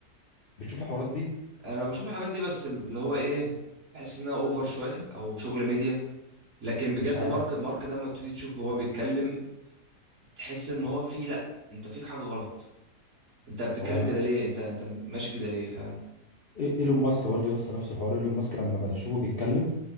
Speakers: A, on the left; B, on the right.
A: بتشوف الحوارات دي
B: انا بشوف الحاجات دي بس اللي هو ايه بحس انها اوفر شويه او شغل ميديا لكن بجد
A: مش عارف
B: مارك مارك ده لما تيجي تشوف هو بيتكلم تحس ان هو فيه لا انت فيك حاجه غلط انت بتتكلم
A: هو انا
B: كده ليه انت انت ماشي كده ليه فاهم
A: إي- ايلون ماسك برضه يا اسطى نفس الحوار ايلون ماسك لما بشوفه بيتكلم